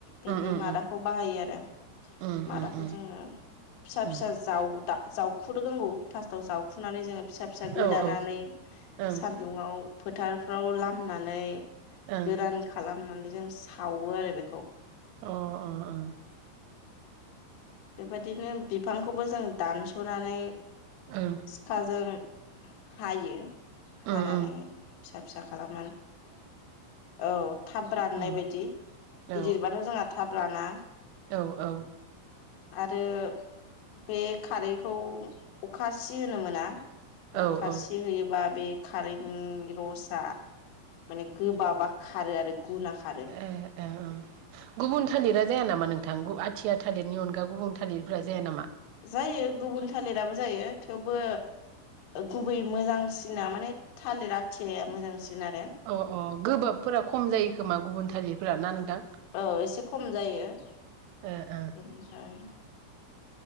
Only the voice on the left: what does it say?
बेनि
मादाखौ खौ बाहायो आरो
मादाखौ
जोङो फिसा
फिसा जाव जावख्रु नांगौ फार्स्टआव जावखुनानै जोङो फिसा फिसा गोदानानै
सान्दुंआव फोथारफ्राव लामनानै
गोरान खालामनानै जों सावो आरो बेखौ।
बेबायदिनो बिफांखौबो जों दानस'नानै
सिखाजों हायो
हानानै
फिसा फिसा खालामनानै औ थाब राननाय
बायदि
गिदिरबाथ' जोंहा थाब राना।
आरो बे खारैखौ अखा सि होनो मोना।
अखा
सि होयोबा बे खारैनि रसा माने गोबाबा खारो आरो। गुना खारो
जायो गुबुन थालिराबो जायो थेवबो गुबै मोजांसिना माने थालिर आथियाया मोजांसिन। आरो
औ एसे खम जायो बेनिफ्राय